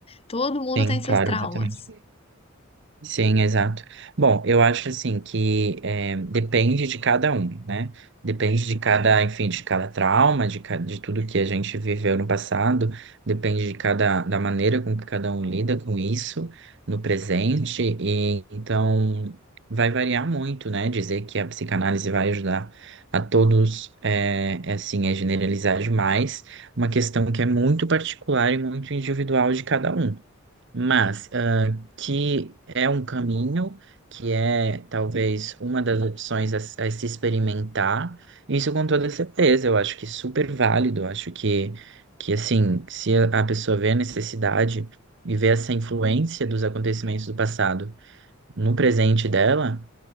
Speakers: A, on the left; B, on the right.
A: Todo mundo
B: Sim,
A: tem seus
B: claro,
A: traumas.
B: exatamente. Sim, exato. Bom, eu acho assim que eh, depende de cada um, né? Depende de cada, enfim, de cada trauma, de, ca- de tudo que a gente viveu no passado, depende de cada, da maneira com que cada um lida com isso no presente, e então vai variar muito, né? Dizer que a psicanálise vai ajudar a todos, eh, é, assim, é generalizar demais, uma questão que é muito particular e muito individual de cada um. Mas que é um caminho, que é talvez uma das opções a, s- a se experimentar. Isso com toda certeza, eu acho que é super válido, eu acho que, que assim, se a a pessoa vê a necessidade e vê essa influência dos acontecimentos do passado no presente dela,